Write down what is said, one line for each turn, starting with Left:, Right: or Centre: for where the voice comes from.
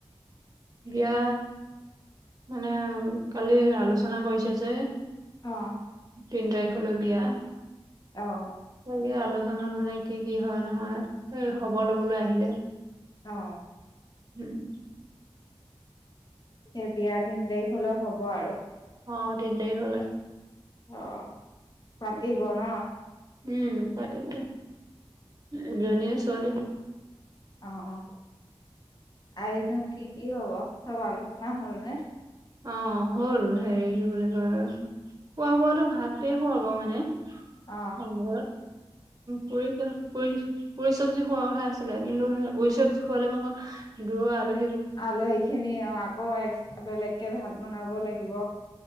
Right: বিয়া মানে কালি আলোচনা কৰিছে যে।
Left: অ
Right: তিন তাৰিখলৈ বিয়া।
Left: অ
Right: এই আলোচনাত মানে কি কি হয় নহয় সেই খবৰ লবলৈ আহিলে।
Left: অ
Right: উম!
Left: এতিয়া বিয়া তিন তাৰিখ হলেও হ'ব আৰু।
Right: অ তিন তাৰিখ হলে।
Left: অ পাতিব ন।
Right: উম পতিব এজনীয়ে ছোৱালী।
Left: অ অ আয়োজন কি কি হব চব আলোচনা হ'ল নে
Right: অ হ'ল হেৰি কি বুলি কয়, খোৱা বোৱাটো ভাতে খুৱাব মানে।
Left: অ
Right: হব। পুৰি পুৰি চব্জি খোৱাৰ কথা আছিলে কিন্তু সেই পুৰি চব্জি খোৱালে ম আকৌ দূৰৰ আল
Left: আলহী খিনি অ আকৌ এক্স বেলেগকে ভাত বনাব লাগিব।